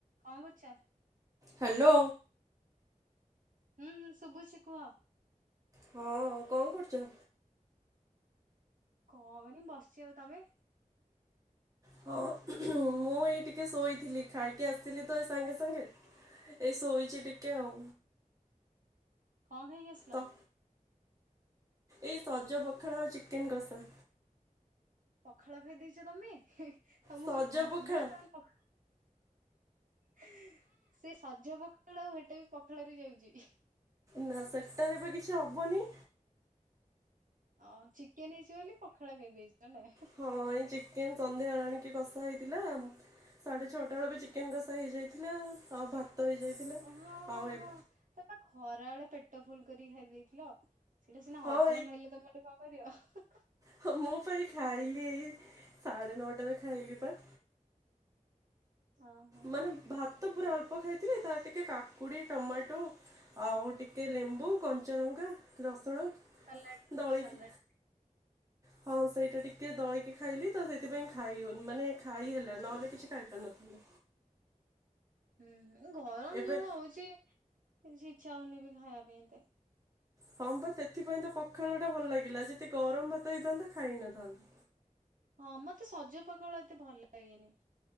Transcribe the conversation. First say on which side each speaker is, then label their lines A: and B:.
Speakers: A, on the right; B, on the right.
A: କଣ କରୁଛ?
B: ହାଲୋ।
A: ହୁଁ, ହୁଁ ଶୁଭୁଛି କୁହ।
B: ହଁ କଣ କରୁଚ?
A: କଣ କି ବସଛି ଆଉ, ତୋମେ?
B: ହଁ ମୁଁ ମୁଁ ଏଇ ଟିକେ ଶୋଇଥିଲି, ଖାଇକି ଆସିଲି ତ ଏଇ ସାଙ୍ଗେ ସାଙ୍ଗେ। ଏଇ ଶୋଇଚି ଟିକେ ଆଉ।
A: କଣ ଖାଇକି ଆସିଲ?
B: ତ ଏଇ ସଜ ପଖାଳ ଆଉ ଚିକେନ୍ କଷା।
A: ପଖାଳ ଖାଇ ଦେଇଚ ତମେ ହେ ତମକୁ
B: ସଜ
A: ଥଣ୍ଡା
B: ପଖାଳ
A: ତମେ ହେ ସେ ସଜ ପଖାଳ ହେଟା ବି ପଖାଳରେ ଯାଉଛି।
B: ନା ସେଟାରେ ବି କିଛି ହବନି।
A: ଅ ଚିକେନ୍ ହେଇଛି ବୋଲି ପଖାଳ ଖାଇ ଦେଇଛ ନାଁ।
B: ହଁ ଏଇ ଚିକେନ୍ ସନ୍ଧ୍ୟାବେଳେ ଆଣିକି କଷା ହେଇଥିଲା ସାଢ଼େ ଛଅଟା ଭାବେ ଚିକେନ୍ କଷା ହେଇଯାଇଥିଲା ଆଉ ହ ଭ ତ ହେଇଯାଇଥିଲା।
A: ଓ ହଁ ହଁ
B: ଆଉ ଏ
A: ହଁ। ତମେ ବା ଖରା ବେଳେ ପେଟ ଫୁଲ୍ କରିକି ଖାଇଦେଇଥିଲ। ସେଇଟା ସିନା
B: ହଁ
A: ହଜମ ହେଲେ ତମେ ଗୋଟେ କଣ କରିବ? ହଁ ହଁ
B: ହଉ ମୁଁ ପା ଏଇ ଖାଇଲି ଏଇ ସାଢ଼େ ନଅଟାରେ ଖାଇଲି ପା।
A: ହଁ ହଁ
B: ମାନେ ଭାତ ପୁରା ଅଳ୍ପ ଖାଇଥିଲି, ତା ଟିକେ କାକୁଡ଼ି, ଟମାଟୋ ଆଉ ଟିକେ ଲେମ୍ବୁ, କଞ୍ଚଲଙ୍କା, ରସୁଣ
A: ସଲାଟ୍
B: ଦଳିକି
A: ସଲାଟ୍
B: ହଁ ସେଇଟା ଟିକେ ଦଳକି ଖାଇଲି ତ ସେଥିପାଇଁ ଖାଇ ହଉନି ମାନେ ଖାଇ ହେଲା। ନହେଲେ କିଛି ଖାଇପାରୁ ନଥାନ୍ତି।
A: ହୁଁ ହୁଁ ଗରମ
B: ଏବେ
A: ଯୋଉ ଭଳିଆ ହଉଛି କିଛି ଇଚ୍ଛା ହଉନି ବି ଖାଇବା ପାଇଁ ଏତେ।
B: ହଁ ବା ସେଥିପାଇଁ ତ ପଖାଳ ଟା ଭଲ ଲାଗିଲା, ଯଦି ଗରମ ଭାତ ହେଇଥାନ୍ତା ଖାଇ ହେଇ ନଥାନ୍ତା।
A: ହଁ ମତେ ସଜ ପଖାଳ ଏତେ ଭଲ ଲାଗେନି।